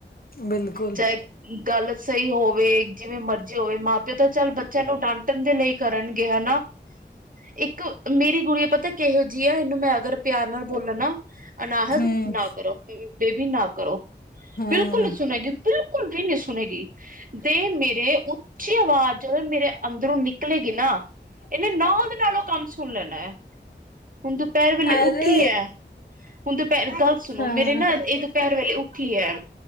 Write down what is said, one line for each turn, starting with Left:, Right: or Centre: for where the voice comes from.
Left: ਬਿਲਕੁਲ।
Right: ਚਾਹੇ ਗੱਲ ਸਹੀ ਹੋਵੇ ਜਿਵੇਂ ਮਰਜ਼ੀ ਹੋਵੇ ਮਾਂ ਪਿਓ ਤਾਂ ਚੱਲ ਬੱਚਿਆਂ ਨੂੰ ਡਾਂਟਣ ਦੇ ਲਈ ਕਰਨਗੇ ਹਨਾ। ਇੱਕ ਮੇਰੀ ਗੁੜੀਆ ਪਤਾ ਕਿਹੋ ਜਿਹੀ ਆ ਇਹਨੂੰ ਮੈਂ ਅਗਰ ਪਿਆਰ ਨਾਲ ਬੋਲਾ ਨਾ ਅਨਾਹਦ
Left: ਹਮ
Right: ਨਾ ਕਰੋ ਬੇਬੀ ਨਾ ਕਰੋ
Left: ਹਾਂ
Right: ਬਿਲਕੁਲ ਮੈ ਕਿਹਾ ਬਿਲਕੁਲ ਵੀ ਨਹੀਂ ਸੁਣੇਗੀ ਦੇ ਮੇਰੀ ਉੱਚੀ ਆਵਾਜ਼ ਜਦੋਂ ਮੇਰੇ ਅੰਦਰੋਂ ਨਿਕਲੇਗੀ ਨਾ ਇਹਨੇ ਨਾਲ ਉ ਨਾਲੋਂ ਉਹ ਕੰਮ ਸੁਣ ਲੈਣਾ ਏ। ਹੁਣ ਦੁਪਹਿਰ ਵੇਲੇ
Left: ਅਰੇ
Right: ਉੱਠੀ ਹੈ ਹੁਣ ਦੁਪਹਿਰ ਗੱਲ ਸੁਣੋ
Left: ਹਾਂ
Right: ਮੇਰੇ ਨਾ ਇਹ ਦੁਪਹਿਰ ਵੇਲੇ ਉਠ ਉਠੀ ਹੈ